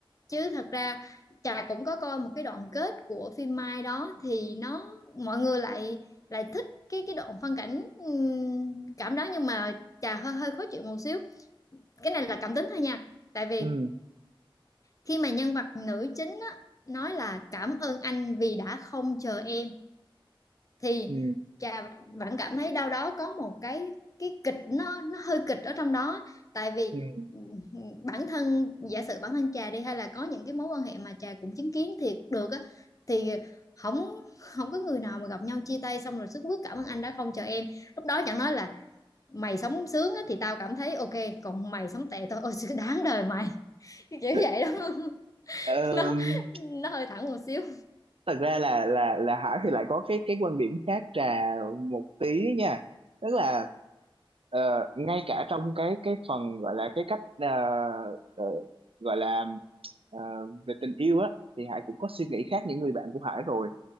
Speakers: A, on the left; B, on the right.
A: chứ thật ra trà cũng có coi một cái đoạn kết của phim Mai đó thì nó mọi người lại lại thích cái cái đoạn phân cảnh ừm, cảm đó nhưng mà trà hơi hơi khó chịu một xíu cái này là cảm tính thôi nha tại vì
B: ừ
A: khi mà nhân vật nữ chính á, nói là cảm ơn anh vì đã không chờ em thì
B: ừ
A: trà vẫn cảm thấy đâu đó có một cái cái kịch nó nó hơi kịch ở trong đó tại vì
B: ừ
A: ừ, bản thân giả sử bản thân trà đi hay là có những cái mối quan hệ mà trà cũng chứng kiến thiệt được á thì không không có người nào mà gặp nhau chia tay xong rồi sức bước cảm ơn anh đã không chờ em lúc đó chẳng nói là mày sống sướng á, thì tao cảm thấy ok còn mày sống tệ thôi ôi <laughs> sự đáng đời mày <laughs> kiểu
B: <laughs>
A: vậy đó <laughs>
B: Ờm,
A: nó nó hơi thẳng một xíu
B: thật ra là là là Hải thì lại có cái cái quan điểm khác trà một tí nha tức là ờ, ngay cả trong cái cái phần gọi là cái cách ờ, ờ, gọi là ờ, về tình yêu á thì Hải cũng có suy nghĩ khác những người bạn của Hải rồi